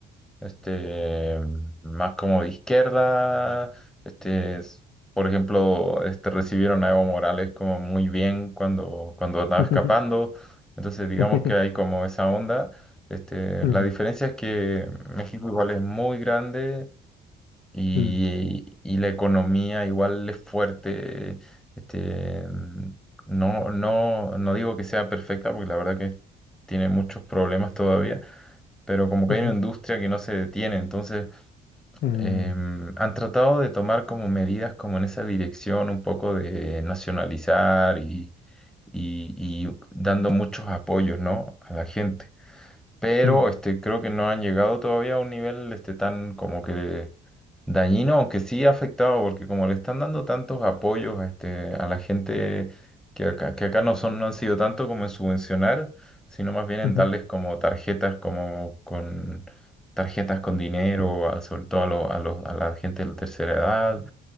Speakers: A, in the centre; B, on the left.
A: este, más como de izquierda. Este, es- por ejemplo, este, recibieron a Evo Morales como muy bien cuando, cuando andaba
B: ujú.
A: escapando. Entonces digamos
B: <laughs>
A: que hay como esa onda. Este,
B: Mm,
A: la diferencia es que México igual es muy grande y,
B: mm,
A: y la economía igual es fuerte. Este, mm, no, no, no digo que sea perfecta, porque la verdad que tiene muchos problemas todavía, pero como que
B: ujú,
A: hay una industria que no se detiene, entonces
B: mm,
A: em, han tratado de tomar como medidas como en esa dirección, un poco de nacionalizar y, y, y dando muchos apoyos, ¿no? a la gente pero
B: mm,
A: este, creo que no han llegado todavía a un nivel este, tan como que dañino, aunque sí ha afectado, porque como le están dando tantos apoyos a, este, a la gente que acá, que acá no son, no han sido tanto como en subvencionar, sino más bien en
B: ujú,
A: darles como tarjetas, como con tarjetas con dinero, a- sobre todo a, lo- a los, a la gente de la tercera edad